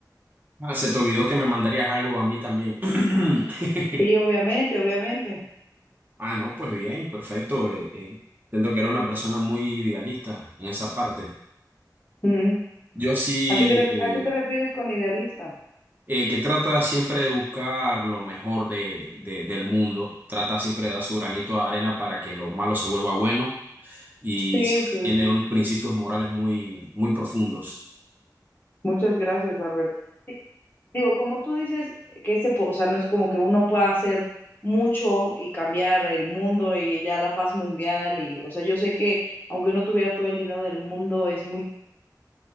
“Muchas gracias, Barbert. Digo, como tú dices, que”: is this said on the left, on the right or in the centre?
Left